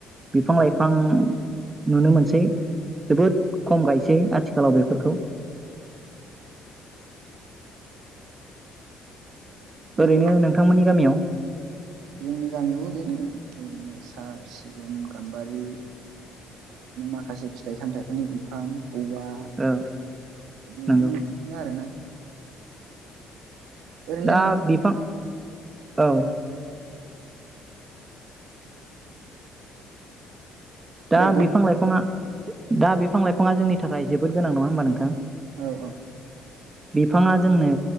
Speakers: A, on the right (about 20°); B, on the right (about 80°).
A: बिफां लाइफां नुनो मोनसै जोबोद खम गायसै आथिखालाव बेफोरखौ।
B: जेनेबा
A: ओरैनो नोंथांमोननि गामियाव?
B: जोंनि गामियावबो बेनो ओरैनो साल, सिगुन, गाम्बारि माखासे फिथाइ सामथाइफोरनि बिफां। औवा
A: औ
B: बेफोरखौ
A: नंगौ
B: नुयो आरोना। ओरैनो
A: दा
B: नों
A: बिफां औ। दा
B: दे बुं
A: बिफां लाइफाङा। दा बिफां लाइफाङा जोंनि थाखाय जोबोद गोनां नङा होमबा नोंथां?
B: औ
A: बिफाङा जोंनो।